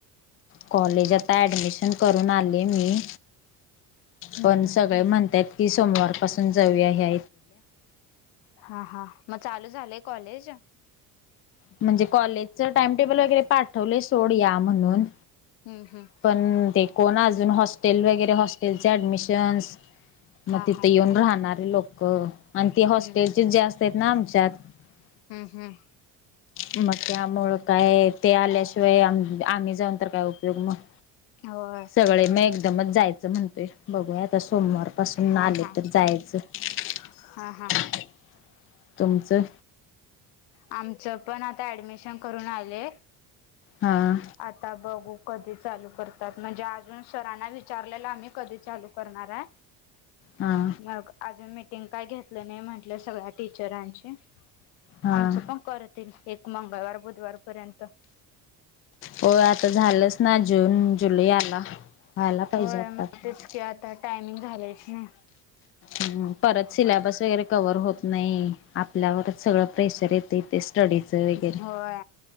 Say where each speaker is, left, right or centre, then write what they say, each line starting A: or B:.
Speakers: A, on the left; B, on the left.
A: कॉलेज आता ॲडमिशन करून आले मी.
B: हम्म
A: पण
B: हम्म.
A: सगळे म्हणतयत, कि सोमवारपासून जाऊया ह्या,
B: हा हा मगं चालू झालंय कॉलेज?
A: म्हणजे कॉलेजच टाइम टेबल, वगैरे पाठवले सोड या म्हणून.
B: हम्म हम्म
A: पण ते को ना अजून हॉस्टेल वगैरे हॉस्टेलचे ऍडमिशन्स, <unintelligible>
B: हा हा हम्म. हम्म हम्म.
A: मगं त्यामुळं काय ते आल्याशिवाय आम्ही, जाऊन तर कायं उपयोग मगं.
B: होय
A: सगळे मगं एकदमच जायचं, म्हणतोय बघूया आता- सोमवारपासून
B: हा
A: आले
B: हा
A: तरं जायचं. <unintelligible>
B: हा हा.
A: तुमचं
B: आमचं पण आता ॲडमिशन करून आले.
A: हां
B: आता बघू. कधी चालू करतात म्हणजे अजून सरांना विचारलेला आम्ही कधी चालू करणारं आहे.
A: हां
B: मगं आजून मीटिंग काय घेतलं नाही म्हंटलं सगळ्या टीचरांची
A: हां
B: आमचं पण करतील ये एक मंगळवार बुधवार पर्यंत
A: हो आता झालंच ना जून जुलै आला. व्हायला पाहिजे
B: होय
A: आतापर्यंत
B: मग तेच की आता टायमिंग झालेच नाही
A: हम्म परत सिलेबस वगैरे कवर होत नाही आपल्यावर सगळं प्रेशर येत तेे स्टडीच वगैरे
B: होय